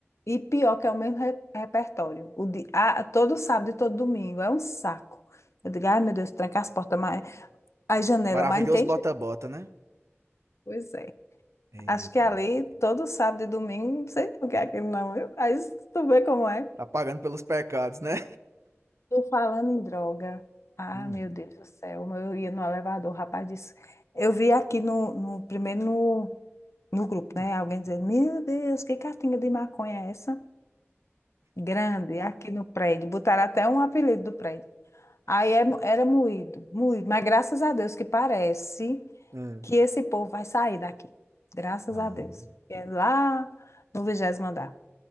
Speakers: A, on the left; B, on the right.
A: e pior que é o mesmo re- repertório. O di- a, todo sábado e todo domingo. É um saco. Eu digo, ai meu Deus, tranca as portas, mas, as janelas,
B: Maravilhoso
A: mas não tem
B: bota-bota,
A: jeito.
B: né?
A: Pois é.
B: Eita,
A: Acho que ali,
B: minha filha.
A: todo sábado e domingo, não sei o que é aquilo não, viu? Aí tu vê como é.
B: Tá pagando pelos pecados, né?
A: Tô falando em droga. Ah,
B: Hum,
A: meu Deus do céu. Eu ia no elevador, o rapaz disse. Eu vi aqui no, no- primeiro no, no grupo,
B: hum.
A: né? Alguém dizendo, meu Deus, que cartinha de maconha é essa? Grande, aqui no prédio. Botaram até um apelido do prédio. Aí é- era moído, moído. Mas graças a Deus que parece
B: Hum.
A: que esse povo vai sair daqui. Graças
B: Ah,
A: a Deus. É lá no vigésimo andar.